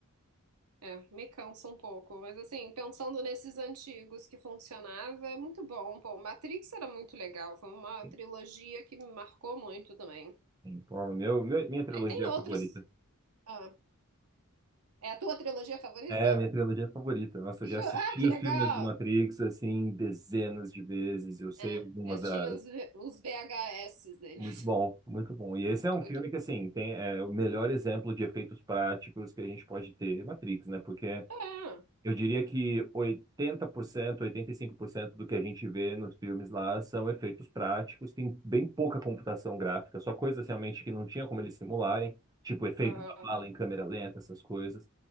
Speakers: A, on the right; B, on the right.
A: É, me cansa um pouco, mas assim, pensando nesses antigos que funcionava, é muito bom. Pô, Matrix era muito legal, foi uma
B: Sim,
A: trilogia que me marcou muito também.
B: sim. Pô, Meu, meu- minha trilogia
A: Aí tem outros.
B: favorita.
A: Ah, é a tua trilogia favorita?
B: É, a minha trilogia favorita. Nossa,
A: Jo-
B: eu já assisti
A: <laughs> Ah, que
B: os
A: legal!
B: filmes do Matrix, assim, dezenas de vezes. Eu sei
A: É,
B: algumas
A: eu
B: das.
A: tinha os, V- os VHS deles.
B: Muito bom,
A: <laughs>
B: muito bom. E esse é um
A: É muito.
B: filme que, assim, tem é, o melhor exemplo de efeitos práticos que a gente pode ter, é Matrix, né? Porque
A: É,
B: eu diria que oitenta oitenta por cento, oitenta e cinco por cento do que a gente vê nos filmes lá são efeitos práticos, tem bem pouca computação gráfica, só coisas realmente que não tinha como eles simularem, tipo efeito
A: ah,
B: da bala em câmera lenta, essas coisas.